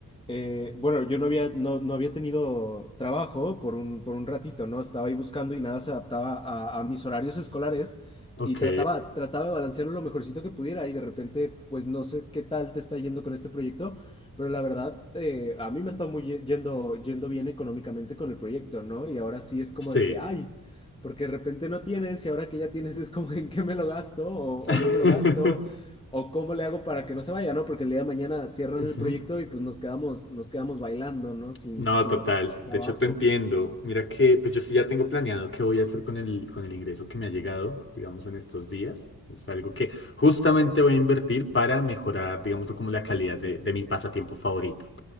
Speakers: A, on the left (about 15°); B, on the left (about 35°).
A: eh, bueno, yo no había, no, no había tenido trabajo por un, por un ratito, ¿no? Estaba ahí buscando y nada se adaptaba a, a mis horarios escolares
B: Ok,
A: y trataba, trataba de balancearlo lo mejorcito que pudiera y de repente, pues no sé qué tal te está yendo con este proyecto, pero la verdad, eh, a mí me está muy ye- yendo, yendo bien económicamente con el proyecto, ¿no? Y ahora sí es como
B: sí.
A: de que, ay. porque de repente no tienes y ahora que ya tienes es como <laughs> en qué me lo gasto o,
B: <laughs>
A: o no me lo gasto o cómo le hago para que no se vaya, ¿no? Porque el día de mañana cierran
B: Ujú.
A: el proyecto y pues nos quedamos, nos quedamos bailando, ¿no? Sin,
B: No,
A: sin
B: total.
A: trabajo.
B: De hecho, te entiendo. Mira que pues yo sí ya tengo planeado qué voy a hacer con el, con el ingreso que me ha llegado, digamos, en estos días. Es algo que justamente voy a invertir para mejorar, digamos, como la calidad de, de mi pasatiempo favorito.